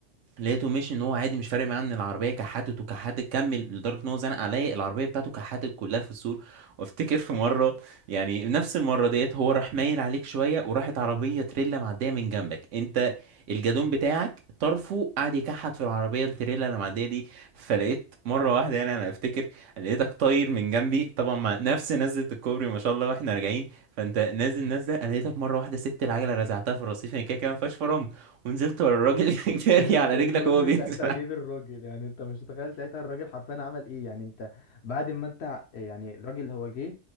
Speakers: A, on the right; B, on the left.
A: لقيته ماشي ان هو عادي مش فارق معاه ان العربيه كحتت وكحتت كمل لدرجه ان هو زنق عليا العربيه بتاعته كحتت كلها في السور وافتكر في مره يعني نفس المره ديت هو راح مايل عليك شويه وراحت عربيه تريلا معديه من جنبك انت الجدون بتاعك طرفه قعد يكحت في العربيه التريلا اللي معديه دي فلقيت مره واحده يعني انا افتكر لقيتك طاير من جنبي طبعا مع نفس نزله الكوبري ما شاء الله واحنا راجعين فانت نازل نازله انا لقيتك مره واحده سبت العجله رزعتها في الرصيف يعني كده كده ما فيهاش فرامل ونزلت ورا الراجل <laughs> جاري
B: انا
A: على
B: كان
A: رجلك
B: المهم
A: وهو بينزل
B: ساعتها
A: عليك.
B: اجيب الراجل يعني انت مش متخيل ساعتها الراجل حرفيا عمل ايه يعني انت بعد ما انت ع- يعني الراجل هو جه